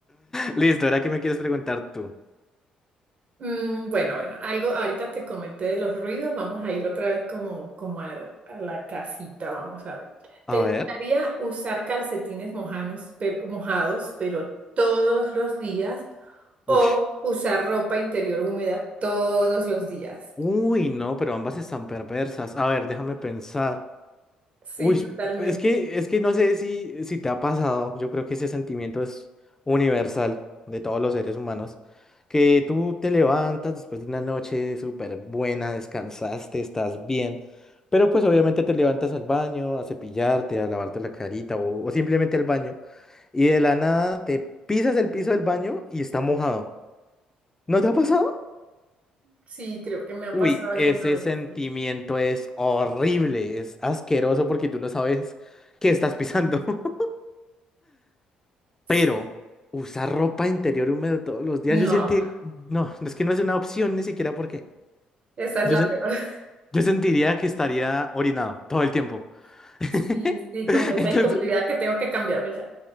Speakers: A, on the left; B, on the right.
A: Listo, ahora qué me quieres preguntar tú.
B: Mm, bueno, bueno, algo ahorita te comenté de los ruidos, vamos a ir otra vez como, como a, la a la casita, vamos a ver. ¿Te
A: A
B: gustaría
A: ver.
B: usar calcetines mojanos, pero, mojados, pero todos los días o
A: Uy.
B: usar ropa interior húmeda todos los días?
A: Uy, no, pero ambas están perversas. A ver, déjame pensar.
B: Sí,
A: Uy,
B: totalmente.
A: es que, es que no sé si, si te ha pasado, yo creo que ese sentimiento es universal de todos los seres humanos, que tú te levantas después de una noche súper buena, descansaste, estás bien, pero pues obviamente te levantas al baño, a cepillarte, a lavarte la carita o, o simplemente al baño, y de la nada te pisas el piso del baño y está mojado. ¿No te ha pasado?
B: Sí, creo que me ha
A: Uy,
B: pasado alguna
A: ese
B: vez.
A: sentimiento
B: sí.
A: es horrible, es asqueroso porque tú no sabes qué estás pisando. <laughs>
B: Sí.
A: Pero usar ropa interior húmedo todos los días,
B: No.
A: yo sentí, no, es que no es una opción ni siquiera porque
B: Esa es
A: yo,
B: la
A: sen-
B: peor. <laughs>
A: yo sentiría que estaría orinado todo el tiempo. <laughs>
B: Sí, sí, como esa
A: Entonces,
B: incomodidad que tengo que cambiarme ya.